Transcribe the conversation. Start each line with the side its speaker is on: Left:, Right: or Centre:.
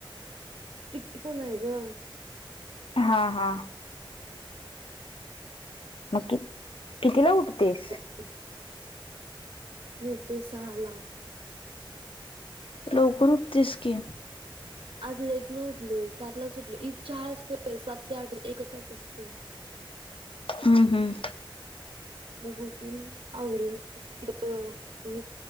Right: स्ट्रीक्ट पण आहे ग.
Left: हा, हा. मग कि कितीला उठतेस?
Right: <inaudible> मी उठतोय सहाला.
Left: लवकर उठतीस की‌.
Right: आज लेट न उठलोय. सात लाच उठलो इथ चहा असतोय सात ते आठ एकच तास असतोय.
Left: हम्म हम्म
Right: मग उठून आवरून <unintelligible>